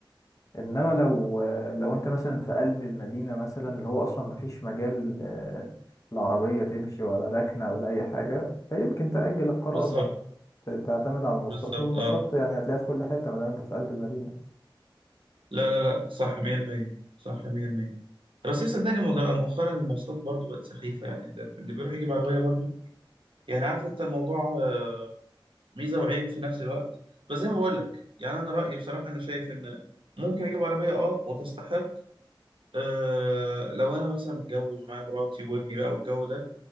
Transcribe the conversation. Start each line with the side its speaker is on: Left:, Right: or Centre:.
Left: انما لو لو انت مثلا في قلب المدينه مثلا اللي هو اصلا ما فيش مجال آه، العربيه تمشي ولا ركنه ولا اي حاجه فيمكن تأجل القرار
Right: بالظبط
Left: مثلا تعتمد على المواصلات
Right: بالظبط
Left: والمواصلات
Right: اه
Left: يعني هتلاقيها في كل حته ما دام انت في قلب المدينه
Right: لا لا لا صح 100% صح 100% بس صدقني مد- مؤخرا المواصلات برضو بقت سخيفة يعني اللي اللي بيروح يجيب عربية برضو يعني عارف أنت الموضوع آه، ميزة وعيب في نفس الوقت بس زي ما بقول لك يعني أنا رأيي بصراحة أنا شايف إن ممكن أجيب عربية اه وتستحق آه، لو أنا مثلا متجوز ومعايا مراتي وابني بقى والجو ده